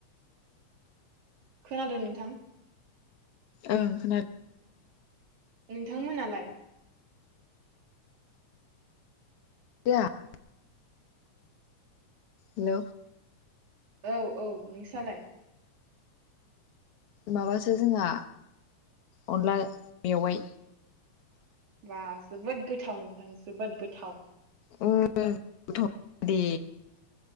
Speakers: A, on the right; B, on the left.
A: खोनादो नोंथां?
B: ओं खोना
A: नोंथांमोनालाय?
B: <unintelligible> हेल'
A: औ औ नोंसालाय।
B: माबासो जोंहा अनला मेवाय।
A: बा जोबोद गोथाव नोंथां जोबोद गोथाव।
B: ओं गोथाव दे